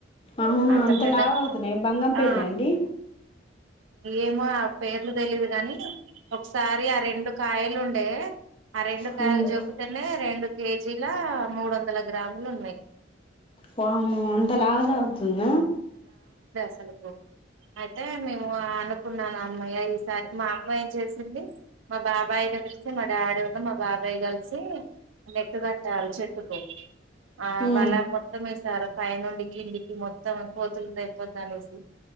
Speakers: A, on the left; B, on the right.
A: అవును
B: అంత పెద్ద
A: లావు అవుతున్నాయి బంగం పెళ్ళి
B: ఆ
A: అండి
B: ఏమో ఆ పేర్లు తెలీయదు గాని ఒకసారి ఆ రెండు కాయలు ఉండే ఆ రెండు
A: హ్మ్
B: కాయలుల జోకితెనె రెండు కేజీ లా మూడు వందల గ్రామ్ మ్ లున్నయ్
A: వామ్మో అంత లాద అవుతుంద
B: లు కు అయితే మేము అనుకున్నాను హమ్మయ ఈసారి మా అమ్మ ఏం చేసింది మా బాబాయ్ ని పిలిసి మా డాడీతొ మా బాబాయ్ కలిసి నెట్టు కట్టారు చెట్టుకు ఆ
A: హ్మ్
B: వల మొత్తం వేసారు పై నుండి కిందికి మొత్తం కోతులు తెంపోద్ద అనేసి